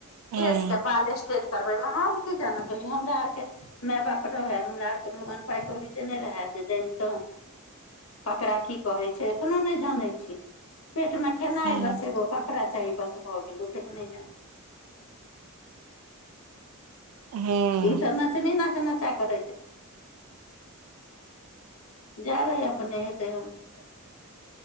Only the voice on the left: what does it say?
केसके बाल स्टेट करबैमे हम की जानय गेलियै हमरा आरके माय बाप रहय हमरा आरके भगवान पाइ कौड़ी देने रहए जे जनितहुँ ककरा की कहै छै एखनो नहि जानै छी पेट मे खेनाय
बस एगो कप रा चाही बस भऽ गेलौ तक नहि जानै
ई तऽ नचनी ना चा के रखि देतै जा दीहीं अपने हेतै हम कि करबै